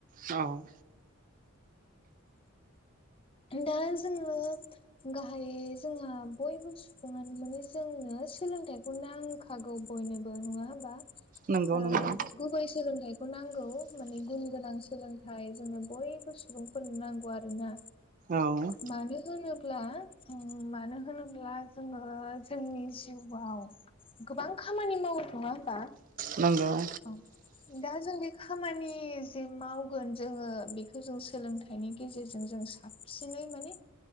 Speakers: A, on the right; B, on the left.
A: औ
B: दा जोङो गाहाय जोंहा बयबो माने जोंनो सोलोंथाइखौ नांखागौ बयनोबो नङा होमबा
A: नंगौ
B: ओ
A: नंगौ
B: गुबै सोलोंथाइ खौ नांगौ माने गुन गोनां सोलोंथाइ जोंनो बयबो सुबुंफोरनो नांगौ आरोना
A: औ
B: मानो होनोब्ला मानो होनोब्ला जोङो जोंनि जिउआव गोबां खामानि मावनाय नङा होमबा
A: नांगौ
B: औ दा जों बे खामानि जे मावगोन जोङो बेखौ जों सोलोंथाइनि गेजेरजों जों साबसिन साबसिनै माने